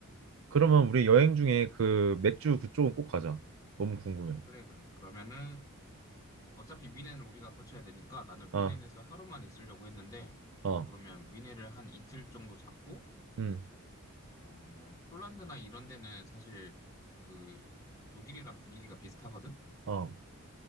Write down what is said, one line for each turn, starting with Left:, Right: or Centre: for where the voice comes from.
Right: 그러면 우리 여행 중에 그 맥주 그쪽은 꼭 가자. 너무 궁금해.
Left: 그래, 그래. 그러면은 어차피 미넨을 우리가 거쳐야 되니까 나는 미넨에서
Right: 아,
Left: 하루만 있으려고 했는데
Right: 어,
Left: 그러면 미넨을 한 이틀 정도 잡고
Right: 음,
Left: 어, 뭐 폴란드나 이런 데는 사실 그 독일이랑 분위기가 비슷하거든.
Right: 어,